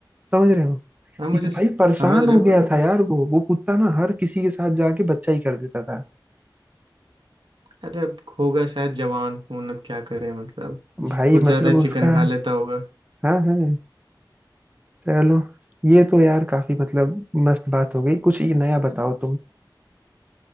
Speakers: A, on the right; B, on the right.
A: समझ रहे हो
B: यार मुझे
A: इत-
B: स-
A: भाई परेशान
B: समझ रहे
A: हो
B: हैं
A: गया
B: but
A: था यार वो वो कुत्ता ना हर किसी के साथ जाके बच्चा ही कर देता था
B: अरे अब होगा शायद जवान खून अब क्या करें मतलब
A: भाई
B: कुछ
A: मतलब
B: ज्यादा ही
A: उसका
B: चिकन खा लेता होगा
A: हाँ हाँ चलो ये तो यार काफी मतलब मस्त बात हो गई कुछ ये नया बताओ तुम